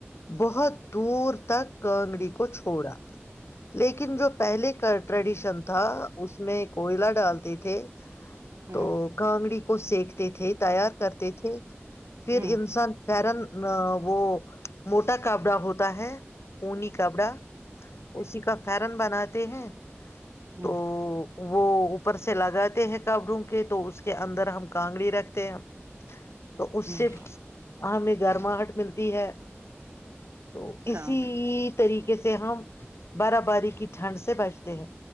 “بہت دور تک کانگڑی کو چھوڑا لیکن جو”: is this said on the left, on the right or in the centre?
Left